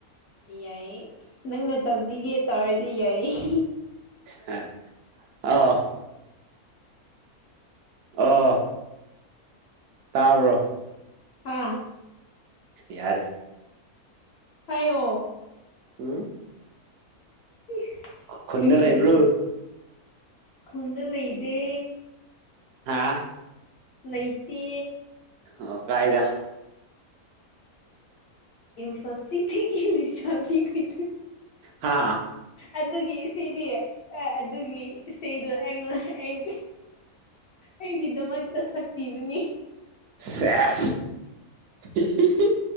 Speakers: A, on the left (about 55°); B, on the right (about 80°).
A: ꯌꯥꯏꯌꯦ ꯅꯪꯅ ꯇꯝꯕꯤꯒꯦ ꯇꯥꯔꯗꯤ ꯌꯥꯏꯌꯦ
B: ꯍ ꯑꯣ ꯑꯣ ꯇꯥꯕ꯭ꯔꯣ
A: ꯍꯥꯥ
B: ꯌꯥꯔꯦ
A: ꯍꯥꯏꯌꯣ
B: ꯎꯝ
A: ꯏꯁ
B: ꯈꯨꯟꯗ
A: ꯀꯔꯤꯔꯣ
B: ꯂꯩꯕ꯭ꯔꯣ
A: ꯈꯨꯟꯗ ꯂꯩꯗꯦ
B: ꯍꯥꯥ
A: ꯂꯩꯇꯦ
B: ꯑꯣ ꯀꯥꯏꯗ
A: ꯏꯝꯐꯥꯜ ꯁꯤꯊꯤꯒꯤ ꯂꯩꯁꯥꯕꯤ ꯀꯩꯗꯤ
B: ꯍꯥ
A: ꯑꯗꯨꯒꯤ ꯁꯤꯗꯤ ꯑ ꯑꯗꯨꯒꯤ ꯏꯁꯩꯗꯣ ꯑꯩꯉꯣꯟ ꯑꯩ ꯑꯩꯒꯤꯗꯃꯛꯇ ꯁꯛꯄꯤꯕꯅꯤ
B: ꯆꯦꯁ ꯍꯤꯍꯤꯍꯤ